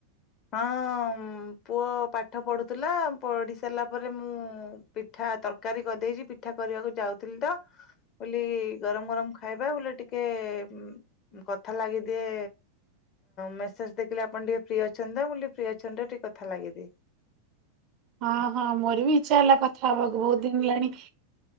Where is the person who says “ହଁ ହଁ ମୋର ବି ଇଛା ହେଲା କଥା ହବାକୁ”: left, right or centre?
Right